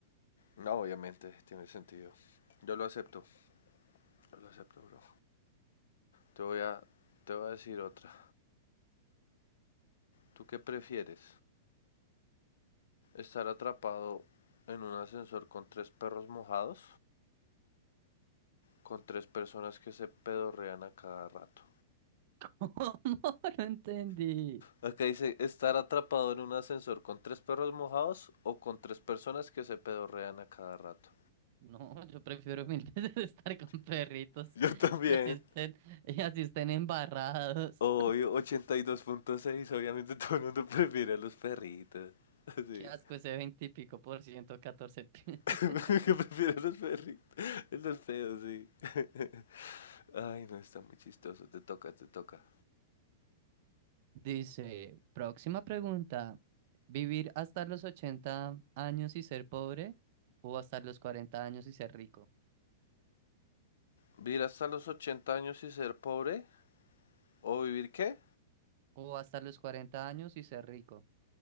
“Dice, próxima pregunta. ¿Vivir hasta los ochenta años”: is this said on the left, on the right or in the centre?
Right